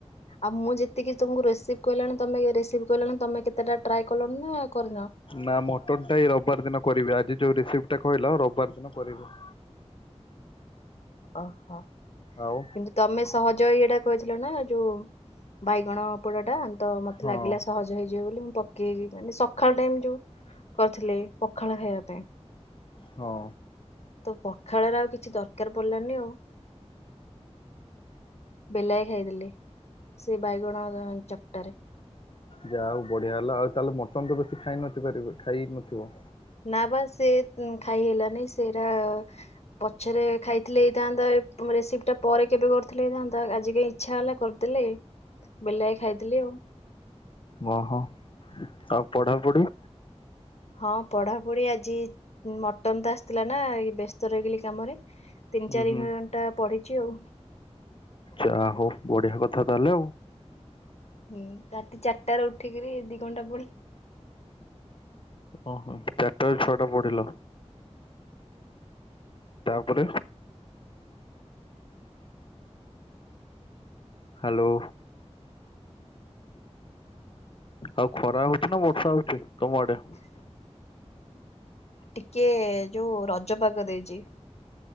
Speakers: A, on the left; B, on the left.
A: ଆଉ ମୁଁ ଯେତିକି ତୁମକୁ ରେସିଭ୍ କହିଲାଣି ତୋମେ ଏ ରେସିଭ୍ କହିଲଣି। ତୋମେ କେତେଟା ଟ୍ରାଏ କଲଣି ନା କରିନ?
B: ନା ମଟନ୍ ଟା ଏଇ ରବବାର ଦିନ କରିବି ଆଜି ଯୋଉ ରେସିପ୍ ଟା କହିଲ ରବବାର ଦିନ କରିବୁ।
A: ଓହୋ।
B: ଆଉ।
A: କିନ୍ତୁ ତୋମେ ସହଜ ଏଇଟା କହିଥିଲ ନା ଯୋଉ ବାଇଗଣ ପୋଡ଼ାଟାତ ମୋତେ
B: ହଁ
A: ଲାଗିଲା ସହଜ ହେଇଯିବ ବୋଲି ମୁଁ ପ କି ଯେ ମାନେ ସଖାଳ ଟାଇମ୍ ଯୋଉ କରିଥିଲେ ପଖାଳ ଖାଇବା ପାଇଁ।
B: ହଁ।
A: ତ ପଖାଳରେ ଆଉ କିଛି ଦରକାର ପଡିଲାନି ଆଉ। ବେଲାଏ ଖାଇିଦେଲି ସେ ବାଇଗଣ ଦ-ଚକଟାରେ।
B: ଯାହା ହଉ ବଢ଼ିଆ ହେଲା ଆଉ ତାହେଲେ ମଟନ୍ ତ ବେଶୀ ଖାଇ <unintelligible> ଖାଇ ନଥିବ।
A: ନା ବା ସେ ଖାଇ ହେଲାନି ସେଇରା ପଛରେ ଖାଇଥିଲେ ହେଇଥାନ୍ତା ରେସିପି ଟା ପରେ କେବେ କରିଥିଲେ ହେଇଥାନ୍ତା ଆଜି କାଇଁ ଇଚ୍ଛା ହେଲା। କରିଦେଲେ ବେଲାଏ ଖାଇଦେଲି ଆଉ।
B: ଓ ହୋ ଆଉ ପଢ଼ାପଢ଼ି?
A: ହଁ ପଢ଼ାପଢ଼ି ଆଜି ମଟନ୍ ତ ଆସିଥିଲା ନା ବ୍ୟସ୍ତ ରହିଗଲି କାମରେ। ତିନି
B: ହୁଁ
A: ଚାରି
B: ହୁଁ
A: ଘଣ୍ଟା ପଢ଼ିଛି ଆଉ।
B: ଯାହା ହଉ ବଢ଼ିଆ କଥା ତାହେଲେ ଆଉ।
A: ହୁଁ ରାତି ଚାରିଟା ରୁ ଉଠିକିରି ଦି ଘଣ୍ଟା ପଢି଼
B: ଓ ହୋ ଚାରିଟା ରୁ ଛଅଟା ପଢି଼ଲ। ତାପରେ? ହ୍ୟାଲୋ। ଆଉ ଖରା ହଉଛି ନା ବର୍ଷା ହଉଛି ତମ ଆଡ଼େ?
A: ଟିକେ ଯୋଉ ରଜ ପାଗ ଦେଇଛି।